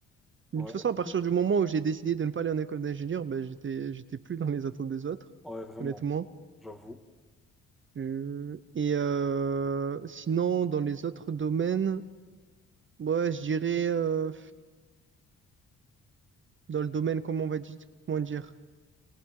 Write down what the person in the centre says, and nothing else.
Ouais,
<laughs>
ouais, vraiment,
j'avoue.